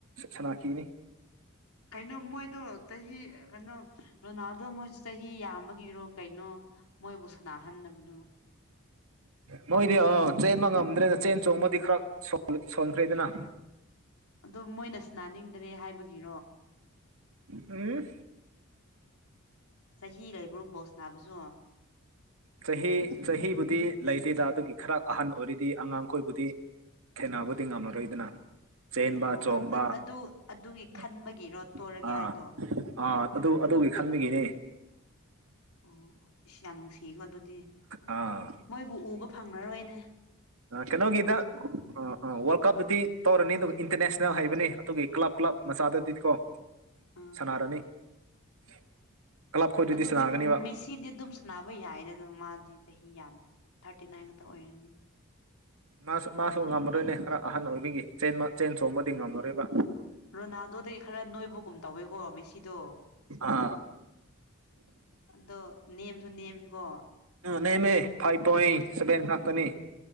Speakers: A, on the right; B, on the left.
A: ꯁꯅꯥꯈꯤꯅꯤ
B: ꯀꯩꯅꯣ ꯃꯣꯏꯗꯣ ꯆꯍꯤ ꯀꯩꯅꯣ ꯔꯣꯅꯥꯜꯗꯣ ꯃꯣꯏꯁꯨ ꯆꯍꯤ ꯌꯥꯝꯕꯒꯤꯔꯣ ꯀꯩꯅꯣ ꯃꯣꯏꯕꯨ ꯁꯥꯟꯅꯥꯍꯟꯗꯕꯗꯣ
A: ꯃꯣꯏꯗꯤ ꯑꯥ ꯆꯦꯟꯕ ꯉꯝꯗ꯭ꯔꯦꯅ ꯆꯦꯟ ꯆꯣꯡꯕꯗꯤ ꯈꯔ ꯁꯣꯟꯈ꯭ꯔꯦꯗꯅ
B: ꯑꯣ ꯃꯣꯏꯅꯁꯨ ꯅꯥꯅꯤꯡꯗ꯭ꯔꯦ ꯍꯥꯏꯕꯒꯤ
A: ꯎꯝ
B: ꯆꯍꯤ ꯂꯩꯕ꯭ꯔꯣ ꯕꯣ ꯅꯥꯕꯁꯨ
A: ꯆꯍꯤ ꯆꯍꯤꯕꯨꯗꯤ ꯂꯩꯇꯦꯗ ꯑꯗꯨꯒꯤ ꯈꯔ ꯑꯍꯟ ꯑꯣꯏꯔꯤꯗꯤ ꯑꯉꯥꯡꯈꯣꯏꯕꯨꯗꯤ ꯊꯦꯅꯕꯗꯤ ꯉꯝꯃꯔꯣꯏꯗꯅ ꯆꯦꯟꯕ
B: ꯑꯣ
A: ꯆꯣꯡꯕ
B: ꯑꯗꯨ ꯑꯗꯨꯒꯤ
A: ꯎ
B: ꯈꯟꯕꯒꯤꯔꯣ ꯇꯣꯔꯒꯦ
A: ꯑꯥ
B: ꯍꯥꯏꯗꯣ
A: ꯑ ꯑꯗꯨ
B: ꯑꯣ
A: ꯑꯗꯨ ꯈꯥꯟꯃꯤꯒꯅꯦ
B: ꯑꯣ ꯑꯣ ꯏꯁ ꯌꯥꯝ ꯅꯨꯡꯁꯤꯀꯣ ꯑꯗꯨꯗꯤ
A: ꯑꯥ
B: ꯃꯣꯏꯕꯨ ꯎꯕ ꯐꯪꯂꯅꯔꯣꯏꯅꯦ
A: ꯑ ꯀꯩꯅꯣꯒꯗ ꯋꯥꯔꯜ ꯀꯞ ꯇꯗꯤ ꯇꯧ꯭ꯔꯅꯤ ꯏꯟꯇꯔꯅꯦꯁꯅꯦꯜ ꯍꯥꯏꯕꯅꯤ ꯑꯗꯨꯒꯤ ꯀ꯭ꯂꯕ ꯀ꯭ꯂꯕ ꯃꯆꯥꯗꯗꯤꯀꯣ
B: ꯑꯥ
A: ꯁꯥꯟꯅꯔꯅꯤ <inaudible> ꯈꯣꯏꯗꯨꯗꯤ
B: ꯑꯗꯣ
A: ꯁꯥꯟꯅꯒꯅꯤꯕ
B: ꯃꯦꯁꯤꯗꯤ ꯑꯗꯨꯝ ꯁꯥꯟꯅꯕ ꯌꯥꯏꯗ ꯅꯪ ꯃꯥꯗꯤ ꯆꯍꯤ ꯌꯥꯝ ꯊꯥꯔꯇꯤ ꯅꯥꯏꯟ ꯈꯛꯇ ꯑꯣꯏꯔꯅꯤ
A: ꯃꯥꯁꯨ ꯃꯥꯁꯨ ꯉꯝꯃꯗꯣꯏꯅꯦ ꯈꯔ ꯑꯍꯟ ꯑꯣꯏꯕꯤꯒꯤ ꯆꯦꯟ ꯆꯣꯡꯕꯗꯤ ꯉꯝꯂꯣꯔꯤꯕ꯭ꯔ
B: ꯀꯅꯥꯗꯣꯗꯒꯤ ꯈꯔ ꯅꯣꯏꯕꯒꯨꯝ ꯇꯧꯋꯤꯀꯣ ꯃꯦꯁꯤꯗꯣ
A: ꯑꯥ
B: ꯑꯗꯣ ꯅꯦꯝꯁꯨ ꯅꯦꯝꯃꯤꯀꯣ
A: ꯅ ꯃ ꯐꯥꯏ ꯇꯣꯏ ꯁꯕꯦꯟ ꯉꯥꯛꯀꯅꯤ